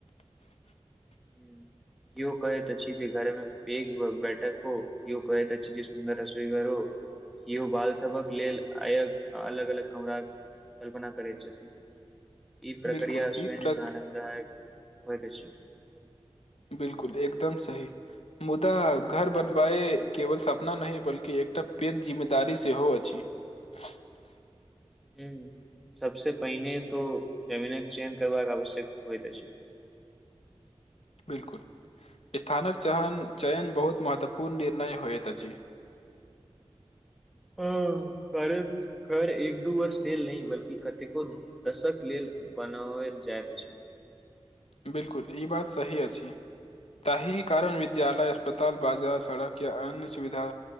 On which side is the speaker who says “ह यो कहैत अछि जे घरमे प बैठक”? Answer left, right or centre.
Centre